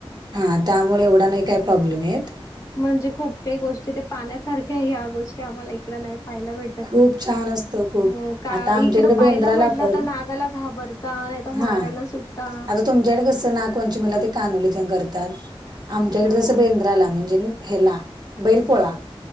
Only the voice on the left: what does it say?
म्हणजे खूप काही गोष्टी ते पाहण्यासारख्या आहे या गोष्टी आम्हाला इकडं नाही पाहाला भेटत.
हो का
इकडं पाहिलं
म्हटलं
तर नागाला घाबरत, ता नाही त
मारायला सुद्धा
हो